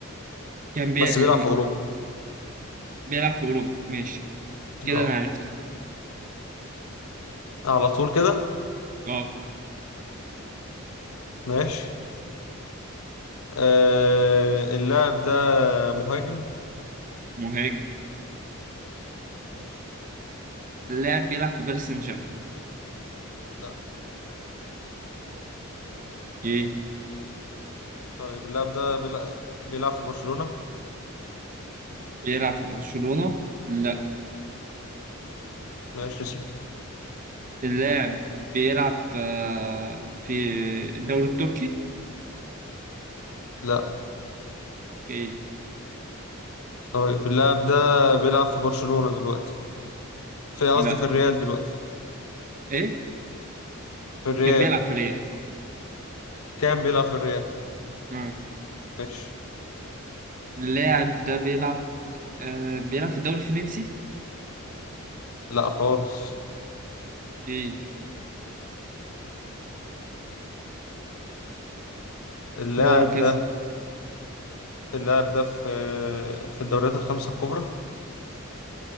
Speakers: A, on the right (about 40°); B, on the left (about 85°).
A: كان بي...
B: بس بيلعب
A: م-
B: في اوروبا
A: بيلعب في أوروبا ماشي كده
B: اه
A: أنا عرفته
B: على طول كده
A: أه
B: ماشي آه اللاعب ده مهاجم
A: مهاجم
B: ماشي
A: اللاعب بيلعب في باريس سان جيرمان
B: لا
A: لا
B: طيب اللاعب ده بيلع- بيلعب في برشلونة
A: بيلعب في برشلونة لا
B: ماشي اسأل
A: اللاعب بيلعب آه، في الدوري التركي
B: لا
A: إيه؟
B: طيب اللاعب ده بيلعب في برشلونة دلوقتي في قصدي
A: لا
B: في الريال دلوقتي
A: ايه
B: في الريال
A: كان بيلعب في ريال
B: كان بيلعب في الريال
A: آه.
B: ماشي
A: اللاعب ده بيلعب آه، بيلعب في الدوري الفرنسي
B: لا خالص
A: اوكي
B: اللاعب
A: دوري كاس
B: ده اللاعب ده في في الدوريات الخمسة الكبرى